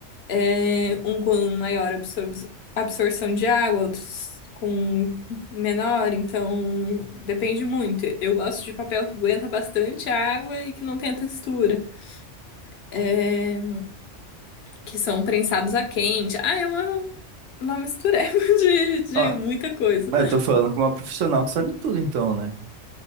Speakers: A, on the left; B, on the right.
A: É, um com maior absor- absorção de água, outros com menor, então depende muito. Eu gosto de papel que aguenta bastante água e que não tem textura. É, que são prensados a quente. Ah, é uma, uma mistureba <laughs> de, de
B: Ah,
A: muita coisa.
B: mas eu tô falando com uma profissional que sabe tudo, então, né?